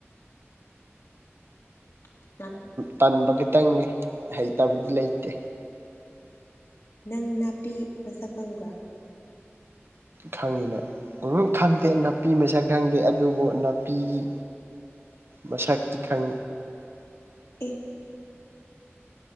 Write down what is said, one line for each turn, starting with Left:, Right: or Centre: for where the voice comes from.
Left: ꯃꯁꯛ
Right: ꯇꯟꯕ ꯈꯤꯇꯪꯅꯤ ꯍꯩꯇꯕꯗꯤ ꯂꯩꯇꯦ
Left: ꯅꯪ ꯅꯥꯄꯤ ꯃꯁꯛ ꯈꯪꯕ꯭ꯔꯥ
Right: ꯈꯪꯉꯤꯅ ꯎꯃ ꯈꯪꯗꯦ ꯅꯥꯄꯤ ꯃꯁꯛ ꯈꯪꯗꯦ ꯑꯗꯨꯕꯨ ꯅꯥꯄꯤꯒꯤ ꯃꯁꯛꯇꯤ ꯈꯪ
Left: ꯑꯦ